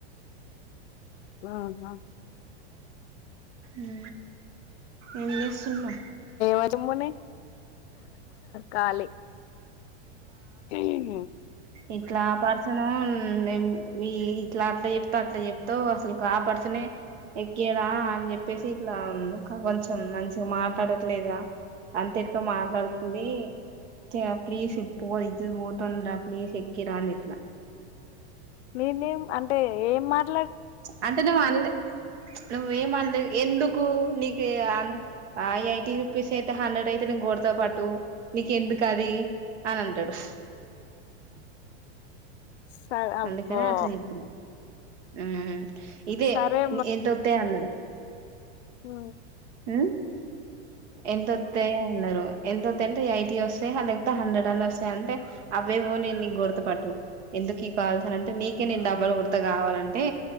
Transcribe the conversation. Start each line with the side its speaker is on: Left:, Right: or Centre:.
Left: ఆ జాబ్
Right: ఊ ఏం జేసునవ్
Left: ఆ జుమ్మని కాలి ఊ
Right: ఇట్ల ఆ పర్సను దెం వి ఇట్లా అట్ల చెప్తే అట్ల చెప్తవ్ అసలుకు ఆ పర్సనే ఎక్కియడా అని చెప్పేసి ఇట్లా ముఖం కొంచెం మంచిగ మాట్లాడట్లేదా అంత ఎక్కో మాట్లాడు దీ తెయా ప్లీస్ ఇప్పుకొని ఇజత్ ఓతందిర ప్లీస్ ఎకిరా అని జెప్పిన.
Left: నేనేం అంటే ఏం మాట్
Right: అంటే నువ్ అన్లే నువ్వేమన్ లేద్ ఎందుకు నీకు అన్ ఐఐటీ యూపీస్తె ఎంత హండ్రెడ్ అయితే నేన్ గొడ్త తో పాటు నీకెందుకు అది అని అంటడు
Left: స అబ్బో
Right: అందుకనే అట్లా జెపినం ఊ ఇదే
Left: సరే
Right: ఎంతొతయ్ అన్నడు
Left: ఆ
Right: ఊ ఎంతొత్తయ అన్నారు ఎంతోతయంటే ఎయిటీ వస్తాయి లేకపోతే హండ్రెడ్ అన్న వస్తాయి అంతె అవేవో నే నీకు గొడత పట్టు ఎందుకి కావాల్సిన అంటే నీకే నేను డబ్బలు కొడ్త కావాలంటే